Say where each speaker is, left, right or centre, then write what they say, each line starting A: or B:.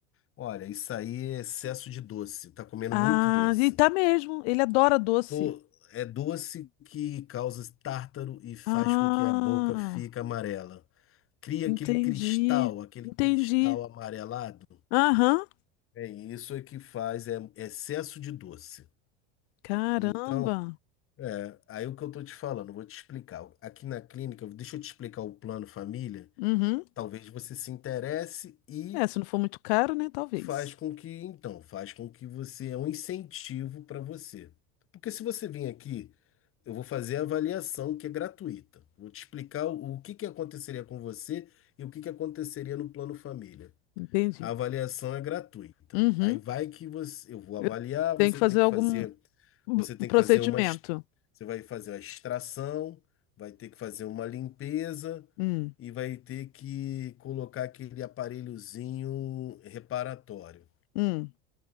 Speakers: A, on the left; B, on the left.
A: Olha, isso aí é excesso de doce. Tá comendo
B: Ah,
A: muito doce.
B: e tá mesmo. Ele adora doce.
A: Tô- é doce que causa tártaro e faz
B: Ah,
A: com que a boca fique amarela. Cria
B: entendi.
A: aquele cristal, aquele
B: Entendi.
A: cristal amarelado.
B: Aham.
A: É isso é que faz, é excesso de doce.
B: Caramba.
A: Então, é, aí o que eu tô te falando, eu vou te explicar. Aqui na clínica, deixa eu te explicar o plano família.
B: Uhum.
A: Talvez você se interesse e
B: É, se não for muito caro, né? Talvez.
A: faz com que, então, faz com que você é um incentivo para você. Porque se você vir aqui, eu vou fazer a avaliação que é gratuita. Vou te explicar o, o que que aconteceria com você e o que que aconteceria no plano família.
B: Entendi.
A: A avaliação é gratuita.
B: Uhum.
A: Aí vai que você, eu vou avaliar,
B: Eu tenho
A: você
B: que fazer
A: tem que
B: algum
A: fazer,
B: b-
A: você tem
B: procedimento.
A: que fazer uma, ex- você vai fazer a extração, vai ter que fazer uma limpeza
B: Hum.
A: e vai ter que colocar aquele aparelhozinho reparatório.
B: Hum.